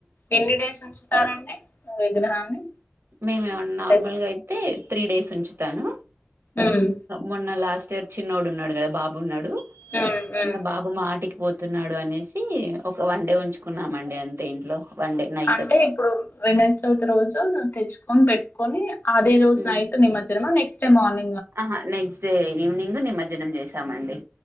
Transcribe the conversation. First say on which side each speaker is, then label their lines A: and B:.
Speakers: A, on the left; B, on the right.
A: ఎన్ని డేస్ ఉంచుతారండి విగ్రహాన్ని
B: మేమేమ
A: అంటే
B: నార్మల్గా అయితే త్రీ డేస్ ఉంచుతాను
A: ఉమ్,
B: మొన్న లాస్ట్ చిన్నోడు ఉన్నాడు కదా బాబు ఉన్నాడు
A: ఉమ్, ఉమ్.
B: నా బాబా మా ఆటికి పోతున్నాడు అనేసి ఒక వన్ డే ఉంచుకున్నామ అండి అంతే ఇంట్లో వన్ డే నైట్
A: అంటే ఇప్పుడు వినయ చవితి రోజు తెచ్చు కోని పెట్టుకొని అదే రోజ
B: ఉమ్
A: నైట్ నిమర్జనం ఆహ్ నెక్స్ నెక్స్ట్ డే మార్నింగ్
B: ఆహా నైక్స్ట్ నెక్స్ట్ డే ఈవినింగ్ నిమర్జనం చేసామండి